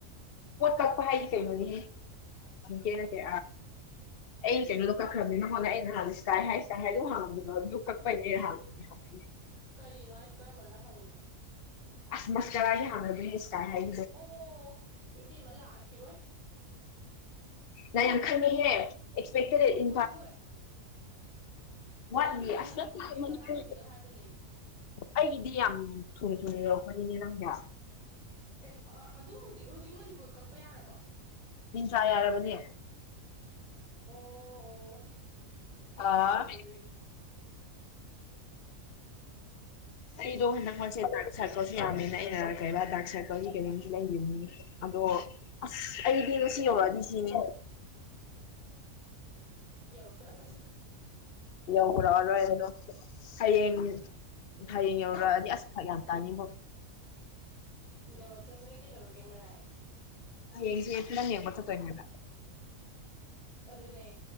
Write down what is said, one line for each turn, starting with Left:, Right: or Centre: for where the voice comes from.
Left: ꯄꯣꯠ ꯀꯛꯄ ꯍꯥꯏꯗꯤ ꯀꯩꯅꯣꯗꯤ ꯀꯦꯁꯦ ꯀꯦ ꯑꯩꯩꯅ ꯀꯩꯅꯣꯗꯣ ꯀꯛꯈ꯭ꯔꯕꯅꯤ ꯅꯉꯣꯟꯗ ꯑꯩꯅ ꯍꯥꯟ ꯏꯁ ꯀꯀꯥꯏ ꯍꯥꯏ ꯏꯁꯀꯥꯏ ꯍꯥꯏꯗꯣ ꯍꯥꯡꯕꯗꯣ ꯑꯗꯨ ꯀꯛꯄꯒꯤꯅꯦꯅ ꯍꯥꯟꯦ ꯍꯥꯏ
Right: ꯀꯔꯤꯅꯣ ꯍꯥꯏꯁꯦ ꯀꯔꯝꯕꯅ ꯍꯪꯉꯤꯣ
Left: ꯑꯁ ꯃꯁꯀꯔꯥꯏꯒꯦꯅ ꯏꯁꯀꯥꯏ
Right: ꯑꯣ ꯌꯦꯝꯕꯤ ꯑꯃ ꯂꯥꯛꯑꯈꯤꯔꯣꯏ
Left: ꯅ ꯌꯥꯝ ꯈꯔꯃꯤ ꯍ ꯑꯦꯛꯁꯄꯦꯛꯇꯦ ꯏ
Right: ꯃꯣꯏ ꯃꯣꯏ
Left: ꯋꯥ
Right: ꯅꯠꯇꯦꯌꯦ
Left: ꯑ
Right: ꯃꯅꯤꯄꯨꯔꯒꯤ
Left: ꯃꯅꯤ
Right: ꯃꯇꯥꯡꯁꯤꯒ
Left: ꯀ
Right: ꯍꯥꯏꯕꯅꯦ
Left: ꯑꯩꯒꯤꯗꯤ ꯌꯥꯝ ꯊꯨꯅ ꯊꯨꯅ ꯌꯧꯔꯛꯄꯅꯤꯅꯦ ꯅꯪꯅꯦ
Right: ꯑꯦ ꯑꯗꯨꯣ ꯍꯧꯖꯤꯛ ꯍꯧꯖꯤꯛ ꯃꯅꯤꯄꯨꯔ ꯀꯛꯄ ꯌꯥꯔꯕꯣ
Left: ꯤꯟꯁ꯭ꯔꯥ ꯌꯥꯔꯕꯅꯦ
Right: ꯑꯣ ꯑꯣ ꯑꯩꯗꯤ
Left: ꯑꯥ
Right: ꯈꯪꯗꯕ ꯑꯗꯨꯏꯅꯦ <inaudible>
Left: ꯑꯩꯗꯣ
Right: ꯈꯪꯗꯦ
Left: ꯍꯟꯗꯛ ꯍꯟꯁꯦ ꯗꯥꯛ ꯁꯔꯀꯜꯁꯨ ꯌꯥꯝꯃꯦꯅ ꯑꯩꯅ ꯀꯩ ꯗꯥꯛ ꯁꯔꯀꯜꯒꯤ ꯀꯩꯅꯣꯝꯨ ꯂꯩꯈꯤꯕ ꯑꯗꯣ ꯑꯁ ꯑꯩꯗꯤ ꯉ ꯁꯤ ꯌꯧꯔꯛꯑꯗꯤ ꯁꯤꯅꯦ
Right: ꯌꯥꯔꯣ ꯇꯔ ꯄꯁ
Left: ꯌꯧꯧꯕꯔꯛꯔꯣꯏ ꯍꯥꯏꯔꯣ ꯍꯌꯦꯡꯅꯦ ꯍꯌꯦꯡ ꯌꯧꯔꯒꯑꯗꯤ ꯑꯁ ꯈꯥ ꯌꯥꯝ ꯇꯥꯅꯤꯕ
Right: ꯌꯧꯔꯛ ꯁꯔꯖꯅ ꯀꯩꯗꯧꯔꯛꯒꯦ ꯃꯔꯥꯏ
Left: ꯌꯦꯡꯁꯤꯦꯠ ꯅꯪ ꯌꯦꯡ ꯃ ꯇꯉꯦꯡꯗꯅ
Right: ꯑꯗꯨꯅꯦ